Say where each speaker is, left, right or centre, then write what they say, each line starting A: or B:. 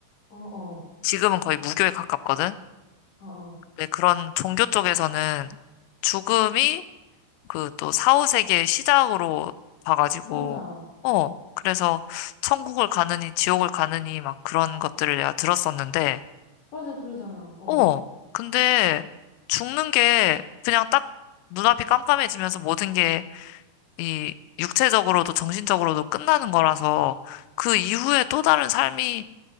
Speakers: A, on the left; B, on the left.
A: 어,
B: 지금은 거의 무교에 가깝거든.
A: 어, 어.
B: 근데 그런 종교 쪽에서는 죽음이 그 또사후세기의 시작으로 봐가지고,
A: 맞아.
B: 어, 그래서 천국을 가느니 지옥을 가느니 막 그런 것들을 내가 들었었는데,
A: 맞아, 그러잖아. 어.
B: 어, 근데 죽는 게 그냥 딱 눈앞이 깜깜해지면서 모든 게 이 육체적으로도 정신적으로도 끝나는 거라서 그 이후에 또 다른 삶이